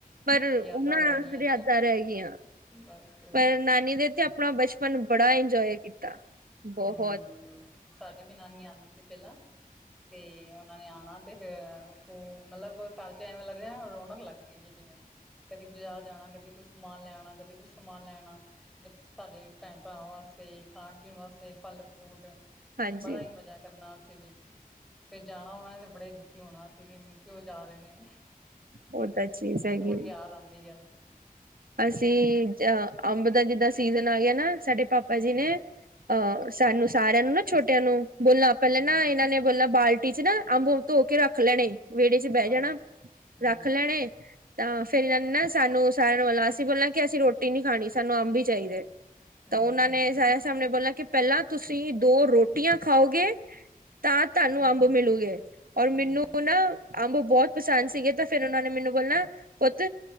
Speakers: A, on the right; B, in the centre.
A: ਪਰ,
B: ਯਾਦਾਂ
A: ਉਹਨਾਂ
B: ਰਹਿ ਗਈਆਂ
A: ਫੇਰ
B: ਨੇ
A: ਯਾਦਾ ਰਹਿ ਗਈਆਂ।
B: ਬਸ। ਹੋਰ
A: ਪਰ
B: ਕੀ
A: ਨਾਨੀ ਦੇ ਇੱਥੇ ਆਪਣਾ ਬਚਪਨ, ਬੜਾ ਇੰਜੋਏ ਕੀਤਾ। ਬਹੁਤ
B: ਹੂੰ, ਸਾਡੇ ਵੀ ਨਾਨੀ ਆਂਦੀ ਸੀ, ਪਹਿਲਾਂ ਤੇ ਉਹਨਾਂ ਨੇ ਆਉਣਾ। ਤੇ ਫੇਰ, ਤੁ ਮਤਲਬ ਘਰ ਚ ਐਵੇਂ ਲੱਗ ਰਿਹਾ, ਰੌਣਕ ਲੱਗਦੀ। ਜਿਵੇਂ ਕਦੇ, ਬਾਜ਼ਾਰ ਜਾਣਾ, ਕਦੀ ਕੁਛ ਸਮਾਨ ਲੈਣਾ, ਕਦੀ ਕੁਛ ਸਮਾਨ ਲੈਣਾ। ਸਾਡੇ ਭੈਣ- ਭਰਾਵਾਂ, ਵਾਸਤੇ। ਖਾਣ- ਪੀਣ, ਵਾਸਤੇ। ਅਤੇ ਫੱਲ- ਫਰੂਟ,
A: ਹਾਂਜੀ
B: ਬੜਾ ਹੀ ਮਜ਼ਾ, ਕਰਨਾ ਅਸੀਂ ਵੀ। ਫੇਰ ਜਾਣਾ, ਉਹਨਾ ਨੇ, ਬੜੇ ਦੁਖੀ ਹੋਣਾ। ਫੇਰ ਜਿਵੇਂ ਕਿਉਂ, ਜਾ ਰਹੇ ਨੇ।
A: ਉਹ ਤਾਂ, ਚੀਜ਼ ਹੈਗੀ।
B: ਬਹੁਤ ਯਾਦ ਆਉਂਦੀ ਹੈ
A: ਅਸੀਂ। ਜ ਅੰਬ ਦਾ, ਜਿੱਦਾਂ ਸੀਜਨ ਆ, ਗਿਆ। ਨਾ ਸਾਡੇ ਪਾਪਾ,
B: ਹਮ
A: ਜੀ ਨੇ। ਅਹ ਸਾਨੂੰ, ਸਾਰਿਆਂ ਨੂੰ, ਨਾ ਛੋਟਿਆਂ ਨੂੰ, ਬੋਲਣਾ ਪਹਿਲਾਂ
B: ਹਮ
A: ਨਾ, ਇਹਨਾਂ ਨੇ। ਮਤਲ ਬਾਲਟੀ'ਚ ਨਾ, ਅੰਬ-ਉਂਬ ਧੋਕੇ ਰੱਖ ਲੈਣੇ, ਵਿਹੜੇ'ਚ ਬਹਿ
B: ਹਾਂਜੀ
A: ਜਾਣਾ
B: ਹਮ
A: ਰੱਖ ਲੈਣੇ। ਤਾਂ, ਫਿਰ ਜਨਾਂ ਨੇ ਨਾ, ਸਾਨੂੰ ਸਾਰਿਆਂ ਨੂੰ ਬੋਲਣਾ, ਅਸੀਂ ਬੋਲਣਾ ਕਿ ਅਸੀਂ ਰੋਟੀ ਨੀ ਖਾਣੀ, ਸਾਨੂੰ ਅੰਬ ਹੀ ਚਾਹੀਦੇ।
B: ਹਮ
A: ਤਾਂ ਉਹਨਾਂ
B: ਹਮ
A: ਨੇ ਸਾਰਿਆਂ ਸਾਹਮਣੇ ਬੋਲਣਾ ਕਿ, ਪਹਿਲਾਂ ਤੁਸੀਂ ਦੋ ਰੋਟੀਆਂ ਖਾਓਗੇ ਤਾਂ, ਤੁਹਾਨੂੰ
B: ਤਾਂਹੀਓ
A: ਅੰਬ
B: ਆਮ
A: ਮਿਲੂਗੇ,
B: ਮਿਲੇਗਾ
A: ਔਰ
B: ਹਾਂਜੀ
A: ਮੈਨੂੰ ਨਾ ਅੰਬ ਬਹੁਤ ਪਸੰਦ ਸੀਗੇ ਤਾਂ, ਫਿਰ ਉਹਨਾਂ ਨੇ ਮੈਨੂੰ ਬੋਲਣਾ ਪੁੱਤ।